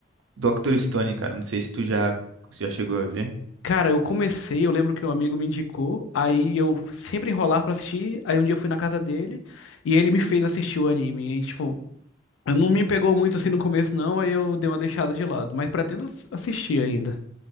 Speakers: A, on the right; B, on the left.
A: Dr. Stone, cara. Não sei se tu já, já chegou a ver.
B: Cara, eu comecei, eu lembro que um amigo me indicou, aí eu sempre enrolar pra assistir, aí um dia eu fui na casa dele e ele me fez assistir o anime. E, tipo, não me pegou muito assim no começo, não, aí eu dei uma deixada de lado, mas pretendo ass- assistir ainda.